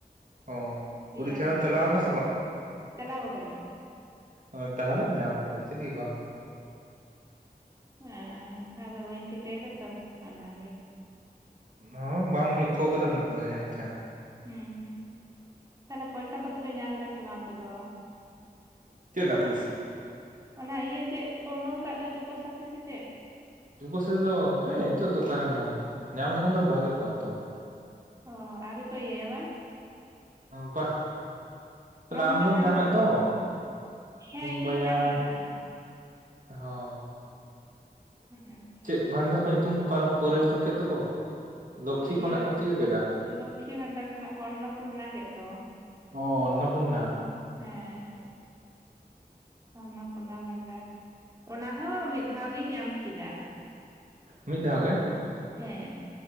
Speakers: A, on the right (about 55°); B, on the right (about 20°).
A: ᱚ
B: ᱯᱭᱟ
A: ᱯᱚᱨᱤᱠᱠᱷᱟ
B: ᱥᱮ
A: ᱮᱢ
B: ᱛᱤᱱᱟᱜ
A: ᱪᱟᱞᱟᱣ
B: ᱤᱧ
A: ᱞᱮᱱᱟ
B: ᱯᱷᱤᱞᱟᱯ ᱪᱟᱞᱟᱣ ᱠᱟᱱᱟᱹᱧ
A: ᱚ ᱛᱟᱦᱚᱞᱮᱢ ᱧᱟᱢ ᱠᱟᱫᱟ ᱪᱮᱫ ᱞᱟᱜᱤᱫ ᱵᱟᱢ ᱧᱟᱢᱟ
B: ᱟ ᱟᱫᱚ ᱵᱟᱹᱧ ᱴᱷᱤᱠᱟᱹᱭ ᱫᱟ ᱛᱚ ᱚᱱᱟ ᱜᱮ
A: ᱦᱚᱸ ᱵᱟᱢ ᱞᱚᱠᱠᱷᱚᱣ ᱠᱟᱫᱟ ᱩᱱᱟᱹᱜ ᱫᱚ ᱡᱟᱹᱱᱤᱡ ᱠᱷᱟᱱ
B: ᱦᱩᱸ ᱦᱩᱸ ᱛᱟᱦᱚᱞᱮ ᱯᱚᱭᱥᱟ ᱠᱚᱫᱚ ᱯᱮ ᱧᱟᱢ ᱮᱫᱟ ᱥᱮ ᱵᱟᱝ ᱟᱯᱮ ᱫᱚ
A: ᱪᱮᱫ ᱨᱮᱱᱟᱜ ᱯᱩᱭᱥᱟᱹ
B: ᱚᱱᱟ ᱤᱭᱟᱹ ᱪᱮᱫ ᱠᱚ ᱩᱰᱩᱝ ᱟᱠᱟᱜ ᱫᱚ ᱡᱩᱵᱚᱥᱟᱛᱷᱤ ᱥᱮ ᱪᱮᱫ
A: ᱡᱩᱵᱚᱥᱟᱛᱷᱤ ᱫᱚ ᱦᱟᱯᱮ ᱱᱤᱛᱚᱜ ᱫᱚ ᱚᱠᱟᱨᱮᱢ ᱧᱟᱢᱟ ᱧᱟᱢ ᱞᱮᱠᱷᱟᱱ ᱫᱚ ᱵᱷᱟᱜᱤ ᱠᱚᱜᱼᱟ ᱛᱚ
B: ᱚ ᱟᱣᱨᱤ ᱠᱚ ᱤᱭᱟᱹᱭᱟ ᱵᱟᱝ
A: ᱵᱟ ᱛᱟᱦᱞᱮ
B: ᱯᱷᱨᱚᱢ
A: ᱟᱢ
B: ᱯᱷᱤᱞᱟᱯ
A: ᱫᱚᱢ
B: ᱟᱹᱣᱨᱤ
A: ᱧᱟᱢᱮᱫ
B: ᱦᱩᱭᱩᱜᱼᱟ
A: ᱫᱚ
B: ᱦᱮᱸ ᱤᱧ
A: ᱵᱚᱭᱟ
B: ᱫᱩᱧ ᱧᱟᱢ ᱮᱫᱟ
A: ᱦᱚᱭ
B: ᱦᱩᱸ
A: ᱪᱮᱫ ᱵᱷᱟᱱᱰᱟᱨ ᱠᱚ ᱧᱩᱛᱩᱢ ᱯᱚᱨᱤᱵᱚᱨᱛᱚᱱ ᱠᱮᱫ ᱫᱚᱠᱚ ᱞᱚᱠᱠᱷᱤ
B: ᱚ
A: ᱠᱷᱚᱱᱟᱜ
B: ᱤᱭᱟᱹ
A: ᱠᱚ ᱪᱤᱠᱟᱹ ᱠᱮᱫᱟ
B: ᱞᱚᱠᱠᱷᱤ ᱵᱷᱟᱱᱰᱟᱨ ᱠᱷᱚᱱᱟᱜ ᱠᱚ ᱚᱨᱱᱚᱯᱩᱨᱱᱟ ᱠᱮᱫ ᱫᱚ
A: ᱚ ᱚᱱᱱᱚᱯᱩᱱᱱᱟ
B: ᱦᱮᱸ ᱚᱱᱱᱚᱯᱩᱱᱱᱟ ᱵᱷᱟᱱᱰᱟᱨ ᱚᱱᱟ ᱦᱚᱸ ᱢᱤᱫ ᱫᱷᱟᱣ ᱜᱤᱧ ᱧᱟᱢ ᱠᱮᱫᱟ
A: ᱢᱤᱫ ᱫᱷᱟᱣ ᱜᱮ
B: ᱦᱮᱸ